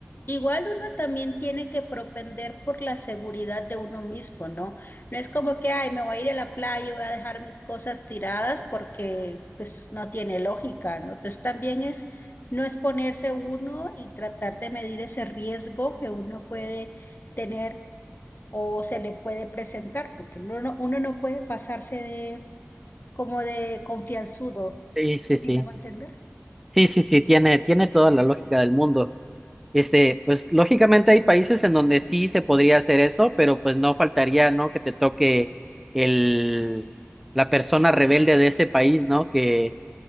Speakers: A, on the left; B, in the centre.
A: Igual uno también tiene que propender por la seguridad de uno mismo, ¿no? No es como que, ay, me voy a ir a la playa y voy a dejar mis cosas tiradas porque pues no tiene lógica, ¿no? Entonces también es no exponerse uno y tratar de medir ese riesgo que uno puede tener o se le puede presentar, porque uno no, uno no puede pasarse de como de confianzudo,
B: Sí, sí,
A: ¿sí
B: sí.
A: me va a entender?
B: Sí, sí, sí, tiene, tiene toda la lógica del mundo. Este, pues lógicamente hay países en donde sí se podría hacer eso, pero pues no faltaría, ¿no? Que te toque el, la persona rebelde de ese país, ¿no? Que,